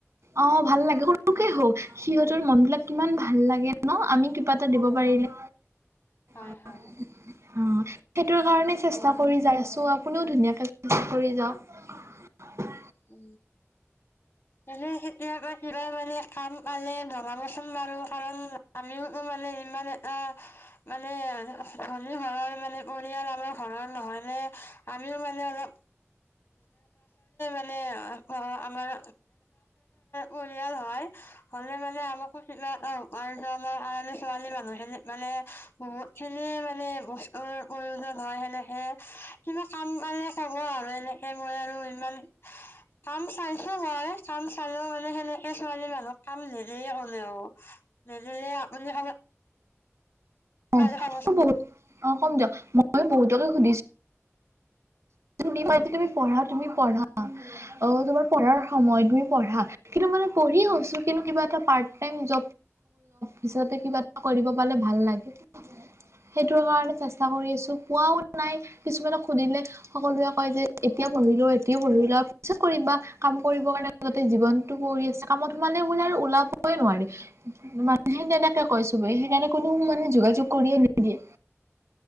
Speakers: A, on the right; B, on the left.
A: অ' ভাল লাগে সৰুকে হওক সিহঁতৰ মন বিলাক কিমান ভাল লাগে ন আমি কিবা এটা দিব
B: উম,
A: পাৰিলে
B: হয়
A: অ'
B: হয়।
A: সেইটোৰ কাৰণে চেষ্টা কৰি যাই আছো আপুনিও ধুনীয়াকে চ কৰি যাওক
B: উ এনে খেতি আকৌ কিবা মানে খাম পানে ভনাবচোন বাৰু কাৰণ আমিও মানে ইিমান এটা মানে ধনী ঘৰৰ মানে পৰিয়াল আমাৰ ঘৰৰ নহয় নে আমিও মানে অলপ ভ আমাৰ্া আমাৰ পৰিয়াল হয় হলে মানে আমাৰ খুত আৰে ছোৱালী বোৰ মানে কত খেলি মানে বস্তুৰ প্ৰয়োজন হয় সেনেকে কিবা কাম মান কব আৰু এনেকে মই আৰু ইমান কাম চাইছো মই কাম চালেও মানে সেনেকে ছোৱালী মানুহক কাম নিেদিলে কোলেও নিদিলে আপুনি কবাত
A: হয়
B: পালে ক'ব
A: বত অ' কম দিয়ক মই বহুতকে সুধিছো তুমি পঢ়া অ তোমাৰ পঢ়াৰ সময় তুমি পঢ়া কিন্তু মানে পঢ়ি গৈছো কিন্তু কিবা এটা জ জ হিচাপে কিবা এটা কৰিব পালে ভাল লাগে সেইটো কাৰণে চেষ্টা কৰি আছো পোৱাও নাই কিছুমানক সুধিলে সকলোৱে কয় যে এতিয়া পঢ়ি ল এতিয়াও পঢ়ি ল পিছত কৰিবা কাম কৰিবৰ কাৰণোতে জীৱনতটো পৰি আছে কামত সোমালে বোলে আৰু ওলাবই নোৱি মানুহে তেনেকে কৈ চোব সেইকাৰণে কোনো মানে যোগাযোগ কৰিয়ে নিদিয়ে